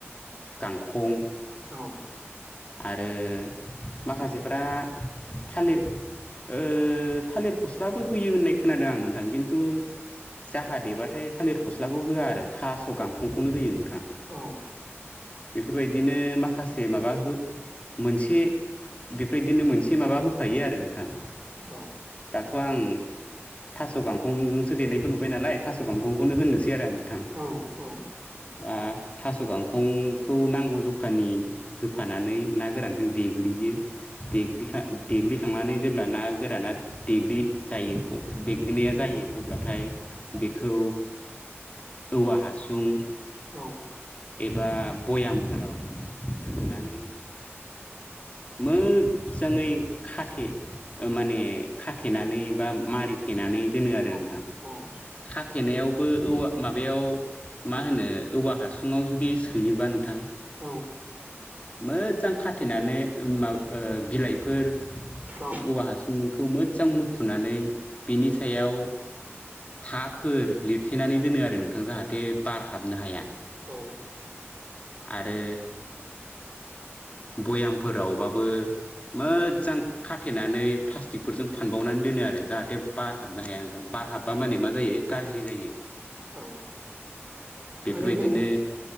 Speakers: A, on the left (about 30°); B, on the right (about 35°).
A: गांखं
B: औ
A: आरो माखासेफ्रा थालिर ओ थालिर फस्लाबो होयो होननाय खोनादों आं नोंथां खिन्थु जाहा देबाथाय थालिर फस्लाखौ होआ आरो थास' गांखंखौनो होयो नोंथां
B: औ
A: बेफोरबायदिनो माखासे माबा हो मोनसे बेफोबायदिनो मोनसे माबा होफायो आरो नोंथां
B: औ
A: दाथ' आं थास' गांखं खंजोंसो देनायखौ नुबाय नालाय थास' गांखंखौनो होननोसै आरो आं नोंथां
B: औ औ औ
A: दा थास' गांखंखौ नांगौ जखानि हो फानानै ना गोरानजों देग्लियो देग्लिखा देग्लि खांनानै जेब्ला ना गोराना देग्लि जायो अ देग्लिनाया जायो अब्लाथाय बेखौ औवा हासुं
B: औ
A: एबा बयामफोराव सोनानै
B: <inaudible>
A: मोजाङै खाथे माने खाथेनानै बा मारिथेनानै दोनो आरो
B: औ
A: नोंथां
B: औ
A: खाथेनायावबो औवा माबायाव मा होनो औवा हासुङाव जुदि सोयोबा नोंथां
B: औ
A: मोजां खाथेनानै माबा बिलाइफोर औवा
B: औ
A: हासुंखौ मोजां मुथुनानै बेनि सायाव हाफोर लिरथेनानै दोनो आरो नोंथां जाहाथे बार हाबनो हाया
B: औ
A: आरो बयामफोरावबाबो मोजां खाथेनानै प्लास्टिकफोरजों फानबावनानै दोनो आरो जाहाथे बार हाबनो हाया नोंथां बा माने मा जायो गाज्रि जायो।
B: औ
A: बेफोरबायदिनो
B: ओरैनो